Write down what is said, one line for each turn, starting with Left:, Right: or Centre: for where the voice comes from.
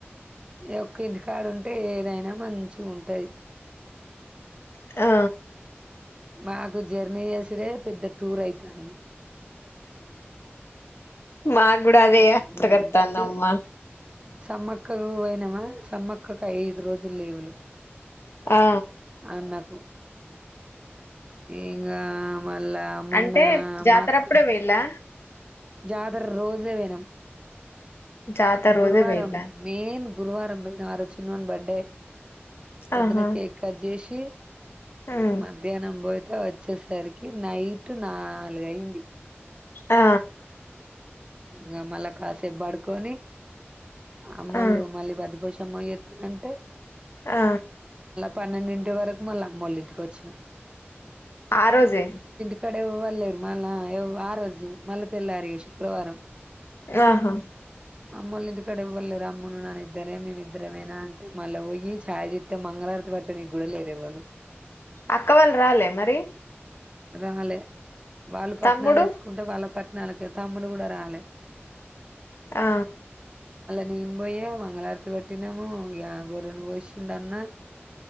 Right: ఇగ ఒక్కింటి కాడ ఉంటే ఏదైనా మంచిగ ఉంటది
Left: ఆ
Right: మాకు జర్నీ చేసుడే పెద్ద టూర్ అయితుంది
Left: మాకూడ అదే యాష్టకొత్తాందమ్మ
Right: హ్మ్ చే సమ్మక్కకు పోయినమా సమ్మక్కకు ఐదు రోజులు లీవులు
Left: ఆ
Right: అన్నకు. ఇంగా మళ్ళ మోన్న
Left: అంటే జాతరప్పుడే
Right: మాక్క
Left: పోయిల్లా
Right: జాతర రోజే పోయినం
Left: జాతర
Right: గురువారం
Left: రోజే పోయిల్లా
Right: మెయిన్ గురువారం పోయినం అరోజు చిన్నోని బర్డే పొద్దున
Left: ఆహా
Right: కేక్ కట్ <unintelligible>
Left: ఉమ్
Right: మధ్యాహ్నంబోతే వచ్చేసరికి నైట్ నాలుగయింది
Left: ఆ
Right: ఇంగ మళ్ళా కాసేపు పడుకొని అమ్మోళ్ళు
Left: ఆ
Right: మళ్ళీ బంతి అమ్మో చెత్తదంటే
Left: ఆ
Right: పన్నెండింటి వరకు మళ్ళ అమ్మోళ ఇంటికి వచ్చినం
Left: ఆ రోజే
Right: ఇక్కడ ఎవ్వలేరు మళ్ళా ఆ రోజు మళ్ళా తెల్లారి శుక్రవారం
Left: ఆహా
Right: అమ్మోల్ల ఇంటికాడ ఎవ్వలేరు అమ్మును నాన్న ఇద్దరే మేమిద్దరమేనా అంటే మళ్ళ పోయి ఛాయి చెత్తే మంగళారతి పాట్టనీకి కూడా లేరేవ్వరు
Left: అక్క వాళ్ళు రాలే మరి
Right: రాలే వాళ్ళు పాట్నాలు
Left: తమ్ముడు
Right: వేసుకుంటే వాళ్ళ పట్ట లకే తమ్ముడు కూడ రాలే
Left: ఆ
Right: నేన్ పొయ్య మంగళారతి పట్టినాము ఇగ గొర్రెని కోసిండు అన్న